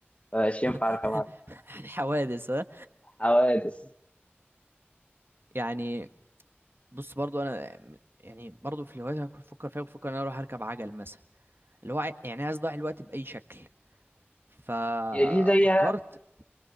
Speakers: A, on the left (about 30°); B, on the right (about 60°).
A: فمش ينفع
B: <laughs>
A: أركب عجل
B: الحوادث ها
A: حوادث
B: يعني بص برضو انا يعني برضو في الهوايات هكون بفكر فيها بفكر ان انا اروح اركب عجل مثلا اللي هو عاي- يعني عايز اضيع الوقت باي شكل ففكرت
A: هي دي زي